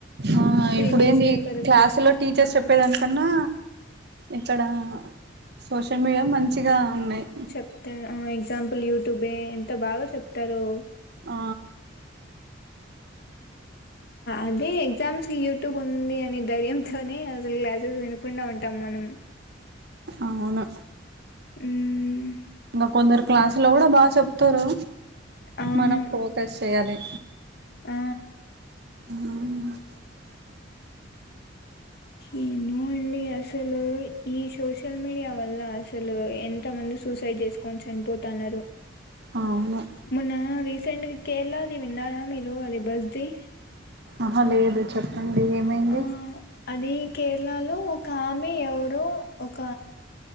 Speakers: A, on the right; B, on the left.
A: ఆ
B: ప్రీవియస్
A: ఇప్పుడు ఏంది
B: పేపర్ఫర్స్
A: క్లాసులో టీచర్స్ చెప్పేదానికన్నా ఇక్కడ సోషల్ మీడియా మంచిగా ఉన్నాయి
B: చెప్తే ఆ ఎగ్జాం ల్ యూట్యూబే ఎంత బాగా చెప్తారో
A: ఆ
B: అదే ఎగ్జామ్స్ కి యూట్యూబ్ ఉంది అనే ధైర్యంతోనే అసలు క్లాసెస్ వినకుండా ఉంటాం మనం
A: అవును
B: హ్మ్
A: ఇంకా కొందరు క్లాసు లో కూడా బా చెప్తారు
B: అవును
A: మనం ఫోకస్ చేయాలి
B: ఆ
A: అవు
B: ఏమో అండి అసలు ఈ సోషల్ మీడియా వల్ల అసలు ఎంత మంది సూసైడ్ చేసుకొని చనిపోతు నాన్నగారు
A: అవును
B: మొన్న రీ సెంట్ గి కేరళా ది విన్నారా మీరు అది బస్ ది
A: ఆహా లేదు చెప్పండి ఏమైంది
B: ఆ అది కేరళలో ఒక ఆమి ఎవరో ఒక